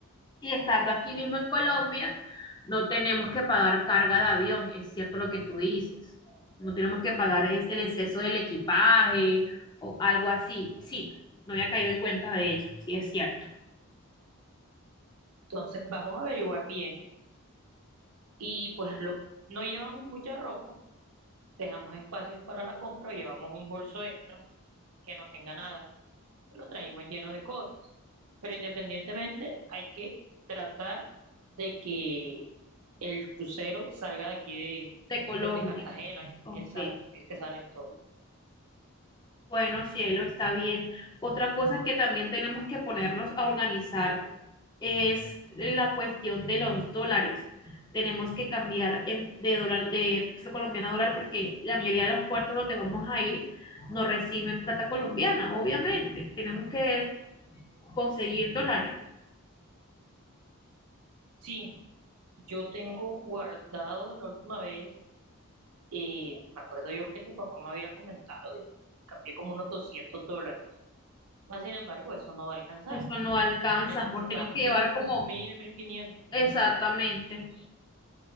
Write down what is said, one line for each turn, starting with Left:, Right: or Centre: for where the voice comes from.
Left: y estando aquí mismo en Colombia, no tenemos que pagar carga de avión, es cierto lo que tú dices. No tenemos que pagar es- el exceso del equipaje o algo así. Sí, no había caído en cuenta de eso, sí es cierto.
Right: Entonces vamos a averiguar bien y pues lo, no llevamos mucha ropa dejamos espacio para la compra o llevamos un bolso extra que no tenga nada, y lo traemos lleno de cosas. Pero independientemente, hay que tratar de que el crucero salga de aquí
Left: De Colombia,
Right: de, desde Cartagena,
Left: ok.
Right: exacto, que es que salen todos.
Left: Bueno, cielo, está bien. Otra cosa que también tenemos que ponernos a organizar es la cuestión de los dólares. Tenemos que cambiar en- de dólar, de peso colombiano a dólar, porque la mayoría de los puertos donde vamos a ir no reciben plata colombiana, obviamente. Tenemos que conseguir dólares.
Right: Sí, yo tengo guardado la última vez, eh, me acuerdo yo que tu papá me había comentado y cambié como unos 200 dólares. Mas, sin embargo, eso no va a alcanzar.
Left: Eso no alcanza,
Right: Necesitamos
Left: amor. Tenemos que
Right: mínimo
Left: llevar como
Right: mil mil quinientos
Left: exactamente.